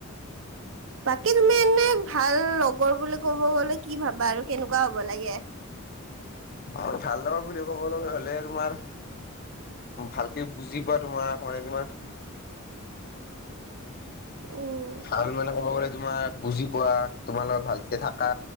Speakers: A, on the right (about 65°); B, on the left (about 45°).
A: বাকী তুমি এনে ভাল লগৰ বুলি ক'ব গ'লে কি ভাবা আৰু কেনেকুৱা হ'ব লাগে?
B: অ', ভাল লগা বুলি ক'ব লগা হলে তোমাৰ ভালকে বুজি পোৱা তোমাক মানে তোমাৰ
A: উম
B: ভাল মানে ক'ব গলে। তোমাক বুজি পোৱা তোমাৰ লগত ভালকে থাকা